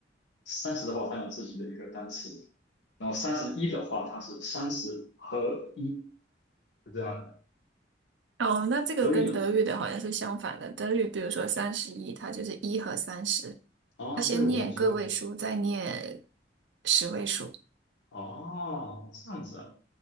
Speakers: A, on the left; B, on the right.
A: 三十的话它有自己的一个单词，然后三十一的话它是三十和一，就这样。
B: 哦，那这个跟德语的好像是相反的。
A: 德以呢？
B: 德语比如说三十一，它就是一和三十，
A: 哦，
B: 它先念个位数，
A: 这个我听说了。
B: 再念十位数。
A: 哦，这样子啊。